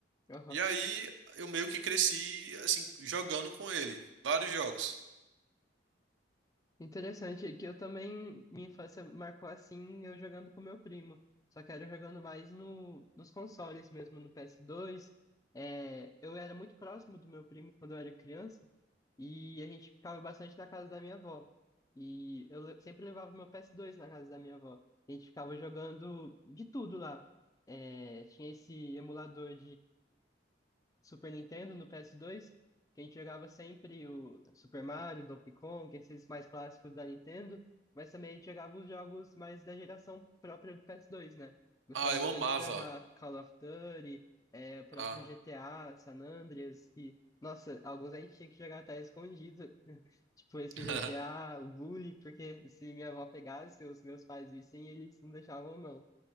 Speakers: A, on the left; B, on the right.
A: aham.
B: E aí eu meio que cresci, assim, jogando com ele. Vários jogos.
A: Interessante, é que eu também, minha infância marcou assim, eu jogando com meu primo. Só que era jogando mais no, nos consoles mesmo, no PS2. É, eu era muito próximo do meu primo quando eu era criança e a gente ficava bastante na casa da minha avó. E eu le- sempre levava meu PS2 na casa da minha avó. A gente ficava jogando de tudo lá. É, tinha esse emulador Super Nintendo, no PS2, que a gente jogava sempre o Super Mario, Donkey Kong, esses mais clássicos da Nintendo, mas também a gente jogava os jogos mais da geração própria do PS2, né? Gostava
B: Ah,
A: bastante
B: eu amava.
A: de jogar Call of Duty, é, o próprio
B: Ah.
A: GTA, San Andreas, que, nossa, alguns a gente tinha que jogar até escondido, <laughs> tipo esse
B: <laughs>
A: GTA, o Bully, porque se minha avó pegasse, os meus pais vissem, eles não deixavam não.